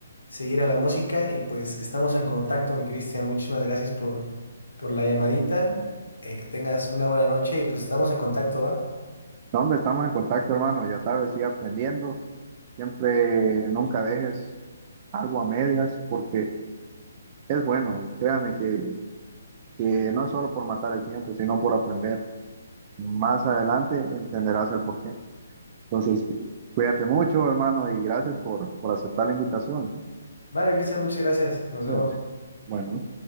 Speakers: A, on the left (about 80°); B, on the right (about 35°).
A: seguir a la música y pues estamos en contacto, mi Cristian. Muchísimas gracias por, por la llamadita. Eh, que tengas una buena noche y pues estamos en contacto, ¿va?
B: No, hombre, estamos en contacto, hermano, ya sabes, sigue aprendiendo, siempre, nunca dejes algo a medias, porque es bueno, créame que, que no es solo por matar el tiempo, sino por aprender. Más adelante entenderás el porqué. Entonces, cuídate mucho, hermano, y gracias por, por aceptar la invitación.
A: Vale, Cristian, muchas gracias. Nos
B: Cuídate.
A: vemos.
B: Bueno.